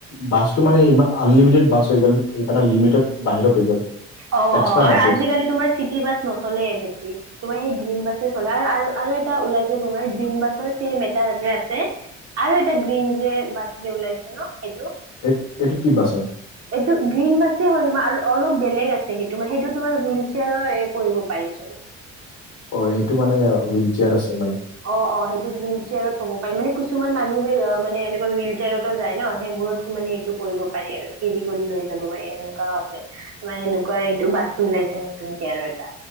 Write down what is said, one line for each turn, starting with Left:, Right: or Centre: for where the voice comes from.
Left: বাছটো মানে ইমান আনলিমিটেড বাছ হৈ গ'ল, এটা লিমিটেড বাহিৰত হৈ গল।
Right: অঁ
Left: এক্সট্ৰা
Right: অঁ আৰু
Left: বাছেছ
Right: আজিকালি তোমাৰ চিটি বাছ নচলে বেছি, তোমাৰ সেই- গ্ৰীন বাছে চলে আৰু আৰু এটা ওলাইছে তোমাৰ গ্ৰীণ বাছৰ ছেম এটা আছে। আৰু এটা গ্ৰীণ যে, বাছ যে ওলাইছে ন সেইটো।
Left: এই এইটো কি বাছ হয়?
Right: এইটো গ্ৰীণ বাছে হয় তো আৰু অলপ বেলেগ আছে সেইটো মানে সেইটো তোমাৰ হুইল চেয়াৰৰ কৰিব পাৰি চোন।
Left: অঁ সেইটো মানে হুইল চেয়াৰ আছে মানে।
Right: অঁ অঁ সেইটোত হুইল চেয়াৰত হ'ব পাৰে মানে কিছুমান মানুহ যে মানে এনেকুৱা হুইল চেয়াৰতো যায় ন সেইবোৰত মানে। কৰিব পাৰি আৰু কেৰি কৰি লৈ যাব পাৰি, এনেকুৱাওঁ আছে। তোমাৰ সেনেকুৱা সেইটো বাছটো ওলাইছে নতুনকে আৰু এটা।